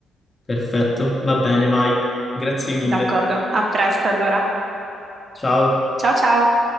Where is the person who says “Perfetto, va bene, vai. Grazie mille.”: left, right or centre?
Left